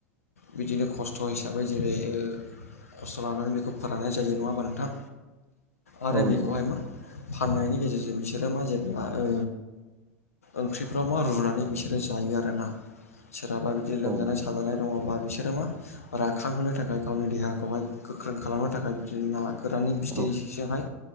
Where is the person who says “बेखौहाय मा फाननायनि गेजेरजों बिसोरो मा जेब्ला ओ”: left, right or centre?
Left